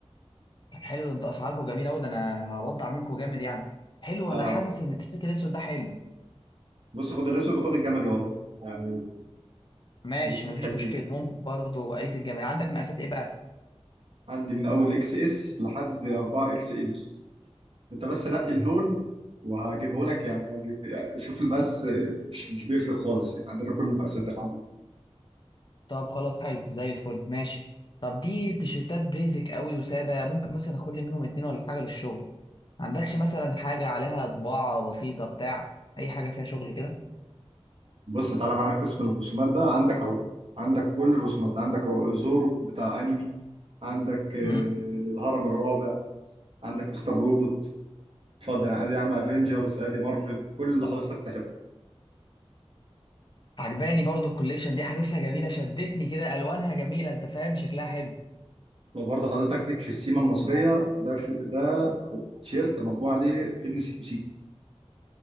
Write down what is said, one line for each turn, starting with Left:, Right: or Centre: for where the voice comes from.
Left: طب حلو ده انت اسعاركم جميله قوي ده انا هبضع منكم جامد يعني حلو
Right: آه
Left: انا حاسس ان التيشيرت الاسود ده حلو
Right: بص خد الاسود وخد الجملي وراه يعني
Left: ماشي
Right: الاثنين
Left: مفيش
Right: حلوين
Left: مشكله ممكن برضو اقيس الجمال عندك مقاسات ايه بقى
Right: عندي من اول اكس اس لحد 4 اكس ال انت بس نقي اللون وهجيبه لك يعني, هجيب- يعني شوف المقاس آه، مش مش بيفرق خالص يعني عندنا كل المقاسات الحمد
Left: طب خلاص حلو زي الفل ماشي طب دي تيشيرتات بيزك قوي وساده ممكن مثلا اخد لي منهم اتنين ولا حاجه للشغل ما عندكش مثلا حاجه عليها طباعه بسيطه بتاع اي حاجه فيها شغل كده
Right: بص تعالى معانا قسم الرسومات ده عندك اهو عندك كل الرسومات عندك اهو زورو بتاع انمي عندك آه،
Left: امم
Right: الهرم الرابع عندك مستر روبوت اتفضل ادي يا عم افنجرز ادي مارفل كل اللي حضرتك تحبه
Left: عجباني برضو الكوليكشن دي حاسسها جميله شدتني كده الوانها جميله انت فاهم شكلها حلو
Right: لو برضه حضرتك ليك في السيما المصريه ده في ده اهو تيشيرت مطبوع عليه فيلم سيكو سيكو